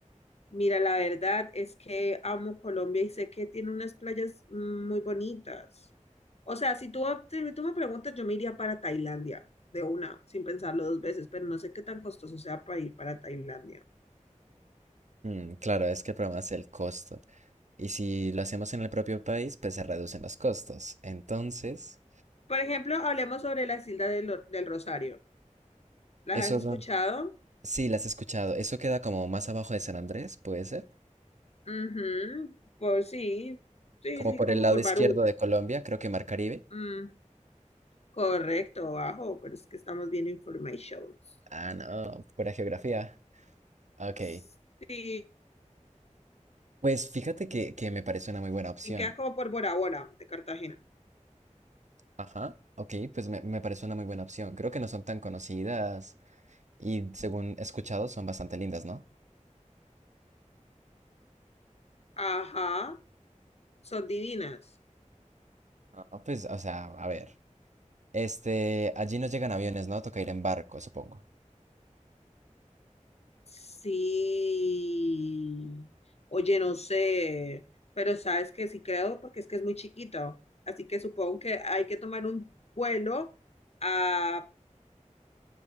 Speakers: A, on the left; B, on the right.
A: Mira, la verdad es que amo Colombia y sé que tiene unas playas muy bonitas. O sea, si tú, si tú me preguntas, yo me iría para Tailandia de una, sin pensarlo dos veces, pero no sé qué tan costoso sea para ir para Tailandia.
B: Mm, claro, es que el problema es el costo. Y si lo hacemos en el propio país, pues se reducen los costos. Entonces,
A: Por ejemplo, hablemos sobre las Islas del, Or- del Rosario. ¿Las
B: eso
A: has escuchado?
B: es sí, las he escuchado. Eso queda como más abajo de San Andrés, puede ser.
A: Ujú, Por sí, sí,
B: Como
A: sí,
B: por
A: como
B: el lado
A: por
B: izquierdo
A: Barú.
B: de Colombia, creo que Mar Caribe.
A: Mm, correcto, bajo, pero es que estamos bien informations.
B: Ah, no, pura geografía. Ok.
A: Sí,
B: Pues fíjate que, que me parece una muy buena opción.
A: Y quedas como por Bora Bora, de Cartagena.
B: Ajá. Ok, pues me, me parece una muy buena opción. Creo que no son tan conocidas y según he escuchado son bastante lindas, ¿no?
A: Ajá, son divinas.
B: Ah, pues, o sea, a ver. Este, allí no llegan aviones, ¿no? Toca ir en barco, supongo.
A: Sí. Oye, no sé, pero sabes que sí creo porque es que es muy chiquito. Así que supongo que hay que tomar un vuelo a